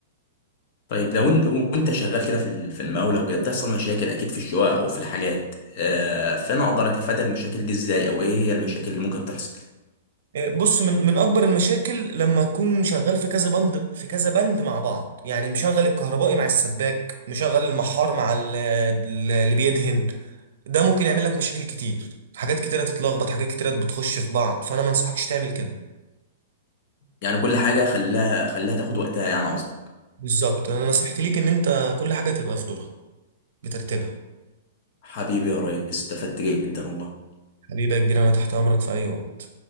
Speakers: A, on the left; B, on the right.
A: طيب لو انت وانت شغال كده في ال- في المقاولة وكده بتحصل مشاكل اكيد في الشقق او في الحاجات آه فانا اقدر اتفادى المشاكل دي ازاي او ايه هي المشاكل اللي ممكن تحصل
B: بص من من اكبر المشاكل لما تكون شغال في كذا بند في كذا بند مع بعض يعني مشغل الكهربائي مع السباك مشغل المحار مع ال- ال- اللي بيدهن ده ممكن يعمل لك مشاكل كتير حاجات كتيرة تتلخبط حاجات كتيرة بتخش في بعض فانا ما انصحكش تعمل كده
A: يعني كل حاجة خلاها خلاها تاخد وقتها يعني قصدي
B: بالظبط انا نصيحتي ليك ان انت كل حاجة تبقى في دورها بترتيبها
A: حبيبي يا ريس استفدت جدا والله
B: حبيبي يا كبير انا تحت امرك في اي وقت